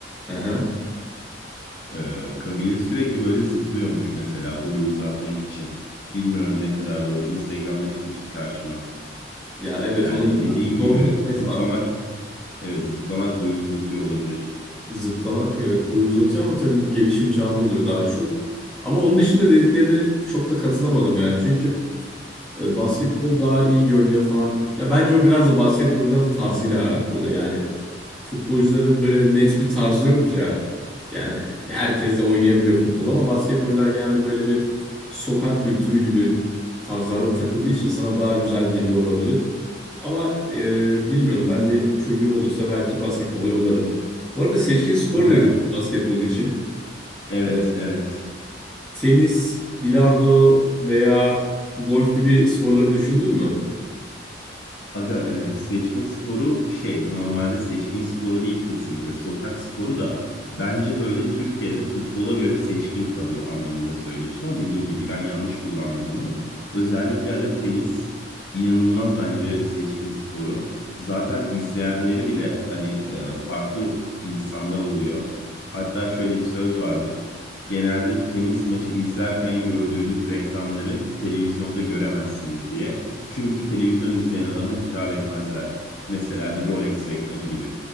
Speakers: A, in the centre; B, on the left.
A: Hı
B: Ee, kabile sürekli böyle zıplıyormuş mesela boyu uzatmak için. Bilmiyorum ne kadar doğru. Instagram'da çıkmıştı karşıma.
A: Ya evet
B: Yani
A: onun
B: dediğin
A: bir doğruluk
B: gibi
A: payı
B: zıplamak,
A: var.
B: evet zıplamak boyu uzatıyor olabilir.
A: Zıplamak evet boyu uzatıyor ama tabii bu gelişim çağında oluyor daha çok. Ama onun dışında dediklerine çok da katılamadım ya. Çünkü e, basketbol daha iyi görünüyor falan. Ya bence o biraz da basketbolcuların tarzıyla alakalı. Yani futbolcuların böyle net bir tarzı yok ya. Yani herkes de oynayabiliyor futbol ama basketbolcular genelde böyle bir sokak kültürü gibi tarzlarda takıldığı için sana daha güzel geliyor olabilir. Ama e, bilmiyorum ben de çocuğum olursa belki basketbola yollarım. Bu arada seçkin spor
B: Aga,
A: dedim basketbol için.
B: evet
A: E,
B: evet
A: tenis, bilardo veya golf gibi sporları düşündün mü?
B: Aga evet seçkin sporu şey normalde seçkin sporu değil kesinlikle sokak sporu da bence böyle Türkiye'de futbola göre seçkin kalıyor anlamında söylemişim ama dediğin gibi ben yanlış kullandım onu. Özellikle aga tenis inanılmaz bence seçkin sporu. Zaten izleyenleri bile hani e, farklı insanlar oluyor. Hatta şöyle bir söz vardır. Genelde tenis maçı izlerken gördüğünüz reklamları televizyonda göremezsiniz diye. Çünkü televizyon izleyen adama hitap etmezler. Mesela bir Rolex reklamı gibi.